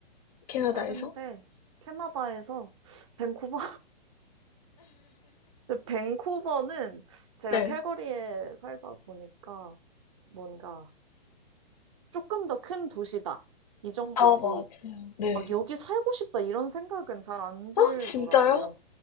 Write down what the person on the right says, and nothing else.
다른데 캐나다에서 밴쿠버 근데 밴쿠버는 제가
캘거리에 살다 보니까 뭔가 조금 더 큰 도시다. 이 정도지.
막 여기 살고 싶다 이런 생각은 잘 안 들더라고요.